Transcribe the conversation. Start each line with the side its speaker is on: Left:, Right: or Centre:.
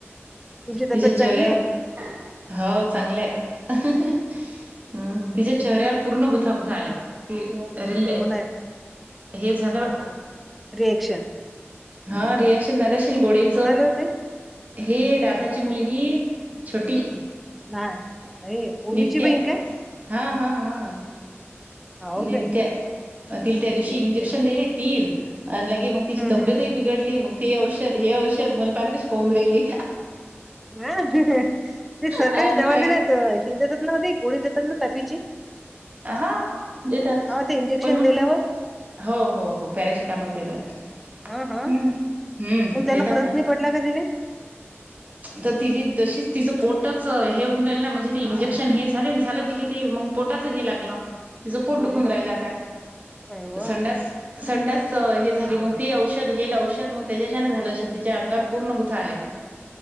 Centre: तुमची तब्येत
Right: तिच्या्या चेऱ्याव
Centre: चांगली आहे
Right: हो चांगले आहेत <unintelligible> तिच्या्या चेऱ्यावर पूर्ण बुथा बुथा आले किरे <unintelligible>
Centre: हो नाय.
Right: हे झालं
Centre: रिएक्शन
Right: हा रिया झालंल गोडेच
Centre: कोणाला होते?
Right: हे राधाची मुलगी छोटी.
Centre: ह नाय अ ओवीची
Right: नित्या
Centre: बहीण काय?
Right: हा हा हा
Centre: हाव
Right: न
Centre: काय?
Right: त्या तिले त्या दिवशी
Centre: नेक्स्ट
Right: इंजेक्शन
Centre: टाइम.
Right: दिले ती आणि लगे मग तिची
Centre: हं,
Right: तब्येतही
Centre: हं.
Right: बिघडली मग ते औषध हे औषध मलपानाकच पाहून राहिली.
Centre: ह <unintelligible> ते सरकारी
Right: आणि
Centre: दवाखान्यात
Right: लाग
Centre: हे देतच नव्हती गोडी देतात ना तापीची
Right: हा देतात
Centre: हा ते इंजेक्शन
Right: पण मग
Centre: दिल्यावर.
Right: हो हो हो पॅराशूट आम्हाला देतात.
Centre: हा हा
Right: हम्म हम्म
Centre: मग त्यांना
Right: देतात
Centre: फरक
Right: ना
Centre: नाही पडला का तिला?
Right: तर ति तशीच तिचं पोटच हे होऊन राहिल ना म्हणजे ते इंजेक्शन हे झाले झालं ति ते मग पोट पोटाच हे लागलं तिचं पोट
Centre: अरे
Right: दुखून राहिलं आता
Centre: काय हो.
Right: संडास संडास हे झाली मग तेी औषध हे औषध मग त्याच्याच्यान झालं अ तिच्या अंगार पूर्ण गुथा आल्या.